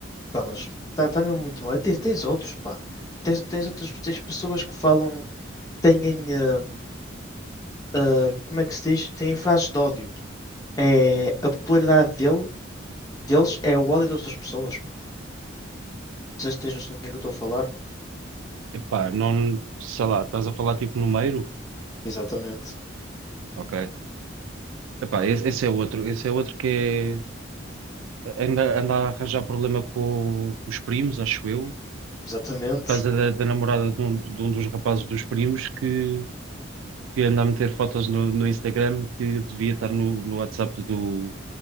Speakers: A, on the left (about 20°); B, on the right (about 80°).
A: Pá, mas está tá tá mesmo muito mal. E Tens, tens outros, pá. Tens, tens outras tens pessoas que falam, têm. ah, uh, como é que se diz? Têm frases de ódio. É, a popularidade dele, deles é o ódio das outras pessoas, pá. Não sei se tens noção do que é que eu estou a falar.
B: Epá, não, sei lá, estás a falar tipo número?
A: Exatamente.
B: Ok. Epá, esse, esse é outro, esse é outro que é, anda, anda a arranjar problema com, com os primos, acho eu,
A: Exatamente.
B: por causa da, da namorada de um, de um dos rapazes dos primos que, que anda a meter fotos no, no Instagram que devia estar no, no WhatsApp do,